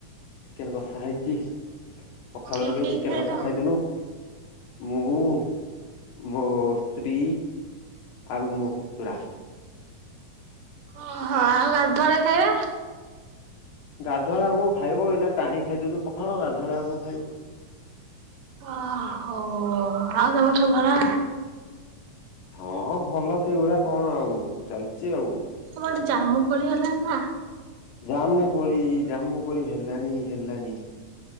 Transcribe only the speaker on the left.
ଚିକେନ କଷା ହେଇଚି। ପଖାଳ
ଲଗେଇ
ଚିକେନ
କଷା ଖାଇଦବୁ। ମୁଁ ମୋ ସ୍ତ୍ରୀ ଆଉ ମୋ ପୁତୁରା।
ଗାଧୁଆଳେ ଆଉ କଣ ଖାଇବୁ ଏଇନା ଟାଣିକି ଖାଇଦଉଛୁ ପଖାଳ ଗାଧୁଆଳେ ଆଉ କଣ ଖାଇବୁ।
ହଁ ଭଲ ସେଇଭଳିଆ କଣ ଆଉ ଚାଲିଛି ଆଉ।
ଜାମୁ କୋଳି ଜାମୁ କୋଳି ହେଲାଣି ହେଲଣି।